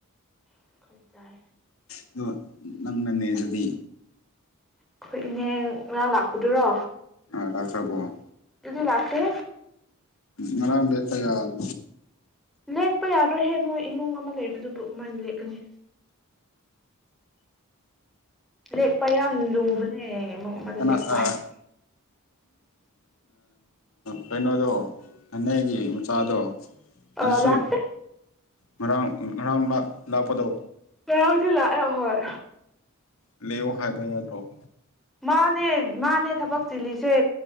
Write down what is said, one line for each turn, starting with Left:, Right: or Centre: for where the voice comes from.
Centre: ꯑꯩꯈꯣꯏ ꯆꯥꯏ
Left: ꯑꯗꯣ ꯅꯪꯅꯦ ꯅ‌ꯦꯖꯕꯤ
Centre: ꯑꯩꯈꯣꯏ ꯏꯅꯦ ꯉꯔꯥꯡ ꯂꯥꯛꯄꯗꯨꯔꯣ
Left: ꯑꯥ ꯂꯥꯛꯈ꯭ꯔꯕ‌ꫭ
Centre: ꯑꯗꯨꯗꯤ ꯂꯥꯛꯇꯦ
Left: ꯉꯔꯥꯡꯗ ꯀꯌꯥ <unintelligible>
Centre: ꯂꯦꯛꯄ ꯌꯥꯔꯣꯏꯍꯦ ꯅꯣꯏ ꯏꯃꯨꯡ ꯑꯃ ꯂꯩꯕꯗꯨꯕꯨ ꯀꯃꯥꯏꯅ ꯂꯦꯛꯀꯅꯤ ꯂꯦꯛꯄ ꯌꯥꯝ ꯂꯨꯕꯅꯦ ꯏꯃꯨꯡ ꯑꯃꯗ
Left: ꯀꯅꯥ
Centre: ꯂꯦꯛꯄ
Left: ꯑꯥ
Centre: ꯍꯥꯏꯕ
Left: ꯀꯩꯅꯣꯗꯣ ꯅ‌ꫭꯏꯒꯤ ꯃꯆꯥꯗꯣ
Centre: ꯑ
Left: ꯑꯗꯨꯁꯨ
Centre: ꯂꯥꯛꯇꯦ
Left: ꯉꯔꯥꯡ ꯉꯔꯥꯡ ꯂꯥꯛ ꯂꯥꯛꯄꯗꯣ
Centre: ꯉꯔꯥꯡꯗꯤ ꯂꯥꯛꯑꯦ ꯍꯣꯏ
Left: ꯂꯦꯛꯑꯣ ꯍꯥꯏꯕ ꯌꯥꯗ꯭ꯔꯣ
Centre: ꯃꯥꯅꯦ ꯃꯥꯅꯦ ꯊꯕꯛ ꯆꯤꯜꯂꯤꯁꯦ